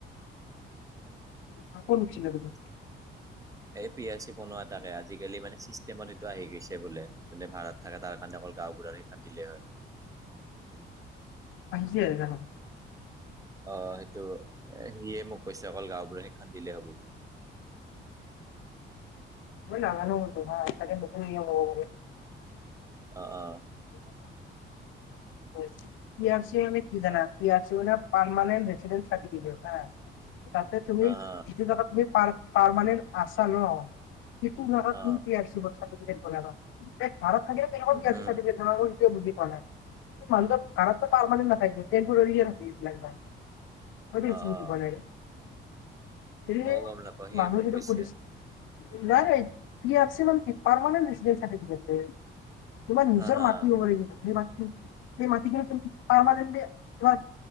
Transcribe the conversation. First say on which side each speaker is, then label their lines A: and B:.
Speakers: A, on the left; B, on the right.
A: আ, কৌত সুধিছিলা তুমি?
B: <unintelligible> <inaudible> এই পি এ চি বনোৱা তাতে, আজিকালি মানে চিষ্টেমত সেইটো আহি গৈছে বোলে, যোনে ভাৰত থাকে তাৰ কাৰণে অকল গাঁও বুঢ়াৰ এইখন দিলে হয়।
A: আহিছে <unintelligible>
B: অ', সেইটো সিয়ে মোক কৈছে অকল গাওঁ বুঢ়া সেইখন দিলেই হ'ব বুলি।
A: মই নাজানোঁ এইটো হা, চাগে নতুন নিয়ম হ'ব পাৰে।
B: অ অ
A: <inaudible> পি আৰ চি আমি কিজানা,
B: অ
A: পি আৰ চি মানে পাৰমানণ্ট ৰেছিডেন্ চাটিফীকেড হা, তাতে তুমি,
B: হা হা
A: যিটো জাগাত তুমি পাৰমানেন্ত আছা ন? যিতো <inaudible>
B: অ
A: তুমি পি আৰ চি চাৰ্টিফিকেট বনালা, এই ভাৰত থাকিলে কেনে
B: উম
A: কৈ পি আৰ
B: উম
A: চি চাৰ্টিফিকেট বনাবা হেতুৱে বুজি পোৱা নাই। মানুহ ত ভাৰততো পাৰমানেণ্ট নথাকে টেম্পৰেৰী হে থাকে এইবিলাক <unintelligible> <inaudible>
B: অ অ
A: <unintelligible> গতিকে
B: মইও গম নাপাওঁ, হীয়ে
A: মানুহ
B: মোক
A: যিটো
B: কৈছে।
A: পুলিচ নাই পি আৰ চি মান কি, পাৰমানেণ্ট দিছে চাৰ্টিফিকেট। তোমাৰ নিজৰ
B: হা হা
A: মাটি হব লাগিব, সেই মাটি সেই মাটিখিনি তুমি পাৰমানেনট তোমাৰ